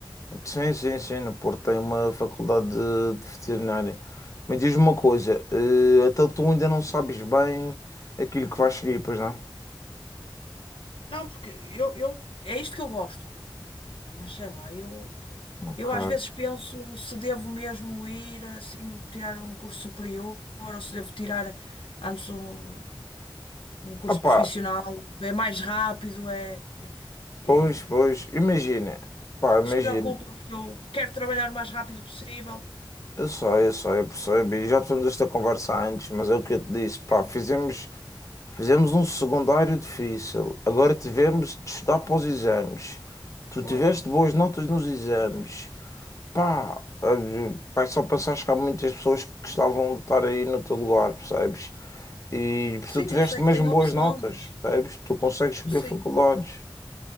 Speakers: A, on the left (about 35°); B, on the left (about 75°).
A: Sim, sim, sim, no Porto tem uma faculdade de, de veterinária. Mas diz-me uma coisa, eh, então tu ainda não sabes bem aquilo que vais seguir, pois não?
B: Não, porque eu, eu... É isto que eu gosto, mas sei lá, eu...
A: Ok.
B: Eu às vezes penso se devo mesmo ir assim tirar um curso superior ou se devo tirar antes um, um curso
A: Ah pá,
B: profissional. É mais rápido, é. E,
A: pois, pois, imagina, pá, imagina.
B: isso preocupa porque eu quero trabalhar o mais rápido possível.
A: Eu sei, eu sei, eu percebo. e Já tivemos esta conversa antes, mas é o que eu te disse,
B: Sim,
A: pá, fizemos, fizemos um secundário difícil. Agora tivemos de estudar para os exames. Tu
B: pois.
A: tiveste boas notas nos exames. Pá, olha, pá, só pensaste que há muitas pessoas que gostavam de estar aí no teu lugar, percebes? E mas
B: Sim,
A: tu tiveste
B: eu sei
A: mesmo
B: que tenho
A: boas
B: opção,
A: notas,
B: mas
A: percebes? Tu consegues escolher
B: sim,
A: faculdades,